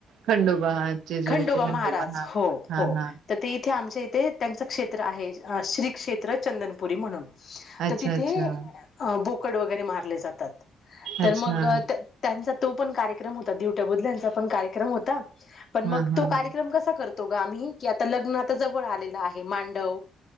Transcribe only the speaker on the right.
खंडोबा हा, जेजुरीचे
हा
हा
हा
अच्छा
अच्छा
अच्छा
हा
हा
हा